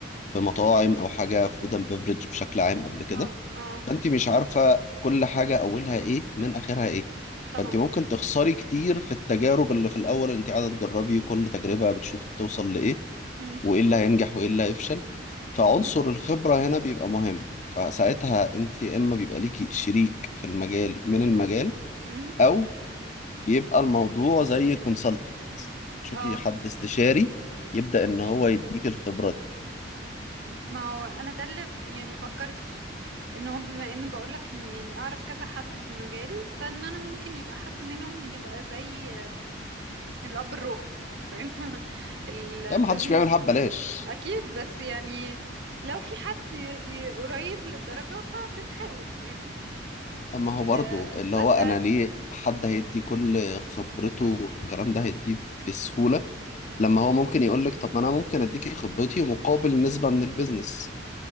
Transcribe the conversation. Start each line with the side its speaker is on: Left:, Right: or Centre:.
Left: في مطاعم او حاجه فود اند بيفرج بشكل عام قبل كده
Right: اه اه
Left: فانت مش عارفه كل حاجه اولها ايه من اخرها
Right: مم.
Left: ايه
Right: طبعا
Left: فانت ممكن تخسري كتير في التجارب اللي في الاول اللي انت قاعده تجربي كل تجربه بتشوفي بتوصل لايه
Right: مم.
Left: وايه اللي هينجح وايه اللي هيفشل فعنصر
Right: مهم.
Left: الخبره هنا بيبقى مهم فساعتها انت يا اما بيبقى ليكي شريك في المجال من المجال
Right: مهم.
Left: او بيبقى الموضوع زي كونسلتنت تشوفي
Right: اه
Left: حد استشاري يبدا ان هو يديك الخبره دي
Right: ما هو انا ده اللي يعني فكرت فيه ان هم بما ان بقولك ان يعني اعرف كذا حد في المجال فان انا ممكن يبقى حد منهم يبقى زي الاب الروحي فاهم <laughs> البيزنس
Left: ده ما حدش بيعملها ببلاش
Right: اكيد بس يعني لو في حد ي- ي- قريب للدرجة فبنحاول فاهمني
Left: اما هو
Right: أه
Left: برضه
Right: بس
Left: اللي هو انا ليه حد هيدي كل خبرته والكلام ده هيديه بسهولة
Right: مم.
Left: لما هو ممكن يقول لك طب ما انا ممكن اديكي خبرتي مقابل نسبة من البيزنس